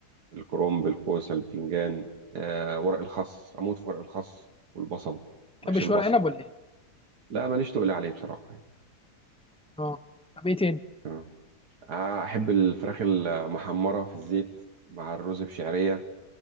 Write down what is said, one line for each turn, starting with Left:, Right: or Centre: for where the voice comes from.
Right: الكرنب الكوسة البتنجان آه ورق الخس أموت في ورق الخس والبصل
Centre: بتحبش
Right: محشي البصل
Centre: ورق عنب ولا ايه؟
Right: لا ماليش تقول عليه بصراحة يعني
Centre: اه طب ايه تاني؟
Right: تمام آه أحب الفراخ المحمرة في الزيت مع الرز بشعرية